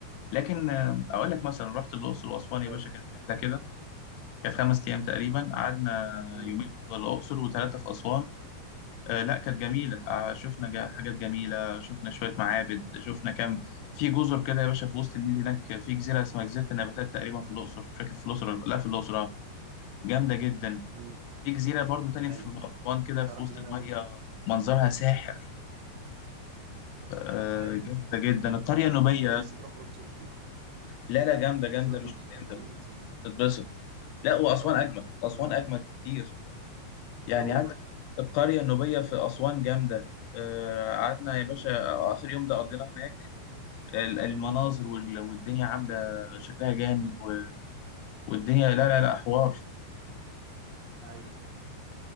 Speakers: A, on the left; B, on the right.
A: لكن آه، اقول لك مثلا رحت الاقصر واسوان يا
B: ايوه
A: باشا كانت رحله كده كانت خمس ايام تقريبا قعدنا
B: امم
A: يومين في الاقصر وثلاثه في اسوان آه، لا كانت جميلة آه، شفنا جا- حاجات جميلة شفنا شوية معابد شفنا كام في جزر كده يا باشا في وسط النيل هناك في جزيرة اسمها جزيرة النباتات تقريبا في الأقصر مش فاكر في الأقصر ولا- لا في الأقصر آه. جامدة جدا
B: امم
A: في جزيرة برضو تاني
B: ايوه
A: في أسوان كده
B: تعرف
A: في وسط
B: ان انا
A: المية منظرها ساحر آه،
B: ايوه
A: جامدة جدا القرية
B: تعرف
A: النوبية
B: ان انا
A: يا
B: نفسي
A: اسطى.
B: اروح الاقصر دي
A: لا لا جامدة
B: نفسي
A: جامدة
B: اروح
A: مش
B: الاقصر
A: هتندم
B: انا حقيقي نفسي اروح
A: تتبسط لا وأسوان
B: اه
A: أجمد أسوان
B: امم
A: أجمد بكتير يعني
B: لا والله
A: عندك القرية النوبية في أسوان جامدة آه، قعدنا يا باشا
B: امم
A: آخر يوم ده قضيناه هناك ال- المناظر وال- والدنيا عامله شكلها جامد و- والدنيا لا لا لا حوار
B: ايوه